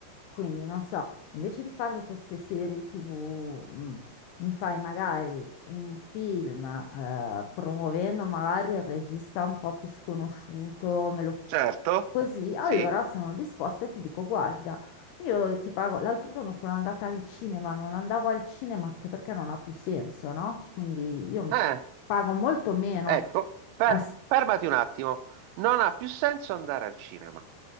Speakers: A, on the left (about 80°); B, on the right (about 85°).
A: quindi non so, invece di farmi queste serie TV, mm, mi fai magari un film, eh, promuovendo magari il regista un po' più sconosciuto, me lo...
B: Certo,
A: così, allora
B: sì.
A: sono disposta e ti dico, guarda, io ti pago, l'altro giorno sono andata al cinema, non andavo al cinema anche perché non ha più senso, no? Quindi io
B: Eh,
A: pago molto meno.
B: ecco, ferm-
A: a s-
B: fermati un attimo. Non ha più senso andare al cinema.